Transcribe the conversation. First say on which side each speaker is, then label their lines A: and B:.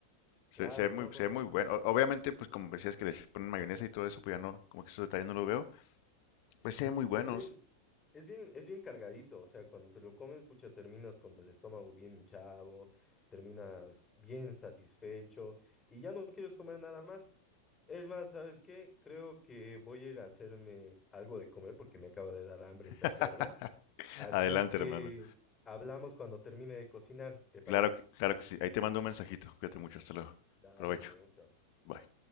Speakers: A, on the left; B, on the left.
A: Se,
B: Claro,
A: se ve muy,
B: no, no,
A: se ve
B: no.
A: muy bueno. O- obviamente, pues como decías que le ponen mayonesa y todo eso, pues ya no, como que esos detalles no lo veo. Pues
B: ujú,
A: se ven muy buenos.
B: Es bien, es bien, es bien cargadito, o sea, cuando te lo comes, pucha, terminas con el estómago bien hinchado, terminas bien satisfecho y ya no quieres comer nada más. Es más, ¿sabes qué? Creo que voy a ir a hacerme algo de comer porque me acaba de dar hambre esta
A: <laughs>
B: charla. Así
A: Adelante,
B: que
A: hermano.
B: hablamos cuando termine de cocinar, ¿te parece?
A: Claro que, claro que sí. Ahí te mando un mensajito. Cuídate mucho. Hasta luego.
B: Dale,
A: Provecho.
B: nos vemos, chao.
A: Bye.